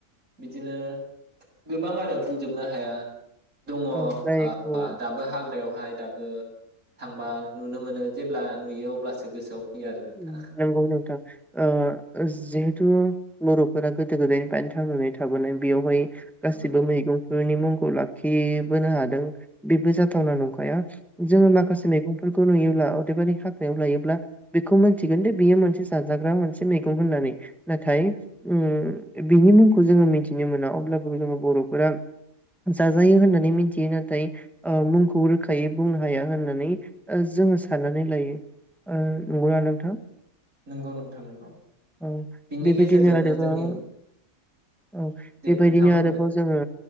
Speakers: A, on the right (about 90°); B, in the centre.
A: बिदिनो गोबां आरो बुंजोबनो हाया दङ <unintelligible>
B: औ जायखौ
A: दाबो हाग्रायावहाय दाबो थांबा नुनो मोनो जेब्ला नुयो अब्लासो गोसोआव फैयो आरो नोंथां
B: उम नंगौ नोंथां ओ जिहेथु बर'फोरा गोदो गोदायनिफ्रायनो थांनानै थाबोनाय बेयावहाय गासिबो
A: नंगौ
B: मैगं बिनि मुंखौ लाखिबोनो हादों बेबो जाथावना नंखाया जोङो
A: नंगौ
B: माखासे मैगं फोरखौ नुयोब्ला अदेबानि हाग्रायाव लायोब्ला बेखौ मिथिगोन दे बेयो मोनसे जाजाग्रा मोनसे मैगं होननानै नाथाय ओ बिनि मुंखौ जोङो मिथिनो मोना अब्लाबो जोङो बर'फोरा जाजायो होननानै मिथियो नाथाय ओ मुंखौ रोखायै बुंनो हाया होननानै ओ जोङो साननानै लायो ओ नगौना नोंथां?
A: नंगौ नोंथां नंगौ
B: औ
A: बिनि
B: बेबायदिनो
A: गेजेरजोंनो
B: आरोबाव
A: जोंनि उम
B: औ
A: दे
B: बेबायदिनो
A: नोंथाङा बुंग्रोदो
B: आरोबाव जोङो